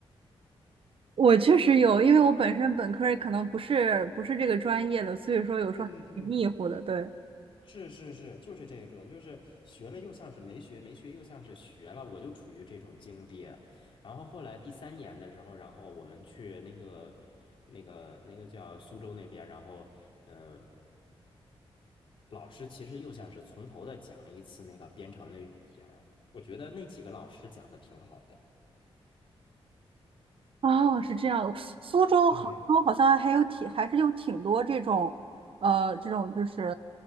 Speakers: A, on the right; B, on the left.
A: 我确实有，因为我本身本科儿可能不是不是这个专业的，所以说有时候还挺迷糊的。
B: 对对对，
A: 对，
B: 是是是，就是这种，就是学了又像是没学，没学又像是学了，我就处于这种境地。然后后来第三年的时候，然后我们去那个那个那个叫苏州那边，然后嗯、呃老师其实又像是从头的讲了一次那个编程的语言，我觉得那几个老师讲的挺好的。
A: 哦，是这样。苏州、
B: 对。
A: 杭州好像还有挺，还是有挺多这种，呃，这种就是